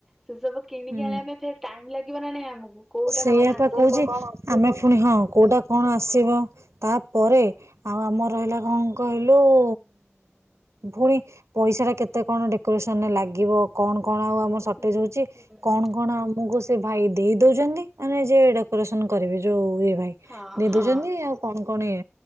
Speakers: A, in the centre; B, on the right.
A: ସେ ସବୁ କିଣିକି
B: ହୁଁ
A: ଆଣିବା ପାଇଁ ଫ ଟାଇ ଲାଗ ଲାଗିବ ନା ନାହିଁ ଆମକୁ କୋଉଟା?
B: ସେଇଆ
A: କଣ
B: ପା
A: ଆସିବ
B: କହୁଛି ଆମେ ପୁଣି ହଁ କୋଉଟା କଣ ଆସିବ ତାପରେ ଆଉ ଆମର ରହିଲା କଣ କହିଲୁ ଉ ପୁଣି ପଇସା ଟା କେତେ କଣ ଡେକୋରେସନରେ ଲାଗିବ କଣ କ? କଣ ଆଉ ଆମ ସଟେଜ
A: ହୁଁ
B: ହଉଛି
A: ହୁଁ
B: କଣ କଣ ଆମକୁ ସେ ଭାଇ ଦେଇ ଦଉଛନ୍ତି ମାନେ ଯ ଡେକୋରେସନ କରିବି ଯୋଉ। ଦୁଇ ଭାଇ
A: ହଁ
B: ନିଧୁଛନ୍ତି
A: ହଁ
B: ଆଉ କଣ? କଣ